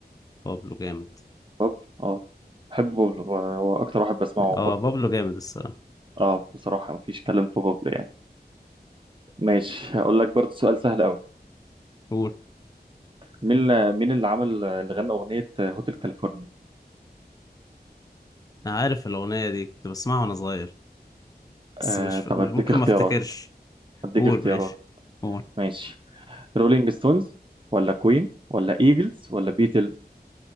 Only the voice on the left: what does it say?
بابلو جامد
اه
بابلو
جامد الصراحه
قول
انا عارف الاغنيه دي كنت بسمعها وانا صغير بس
مش
مش
ممكن
ما افتكرش
قول
ماشي قول